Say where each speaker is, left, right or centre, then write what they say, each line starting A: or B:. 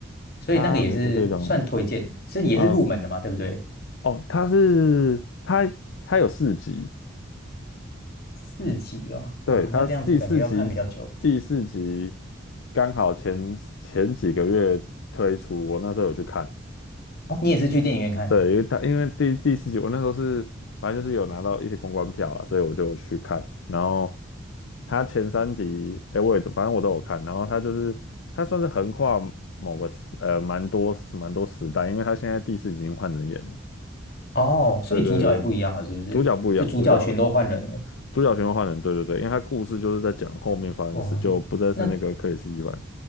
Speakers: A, on the left; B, on the left.
A: 所以那个也是算推荐，
B: 他美国队长
A: 是也是入门的嘛，
B: 啊、呃
A: 对不对？
B: 哦，他是他他有四集，
A: 四集哦，
B: 对，
A: 哇，
B: 他第四集第四集
A: 那这样子感觉要看比较久。
B: 刚好前前几个月推出，我那时候有去看，
A: 哦，你也是去电影院看
B: 对，因为他因为第第四集我那时候是反正就是有拿到一些公关票啦，所以我就去看，然后他前三集，哎，我也都反正我都有看，然后他就是他算是横跨某个时呃蛮多蛮多时代，因为他现在第四集已经换人演了，
A: 哦，所以主角也不一样了，
B: 对对对，
A: 是不是？
B: 主角不一样，
A: 就主角群都换人了。
B: 主角。主角循环换人，对对对，因为他故事就是在讲后面发生的事，
A: 哦，
B: 就不再是那个克里斯·
A: 那
B: 伊凡。